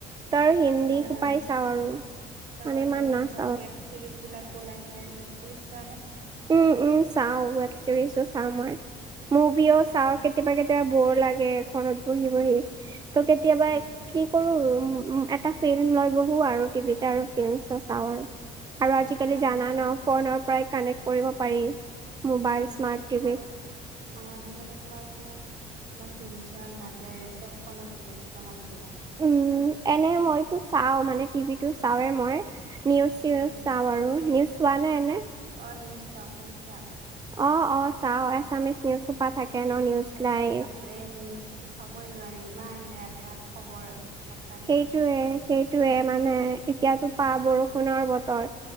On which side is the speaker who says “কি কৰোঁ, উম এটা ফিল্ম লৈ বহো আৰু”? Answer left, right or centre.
Right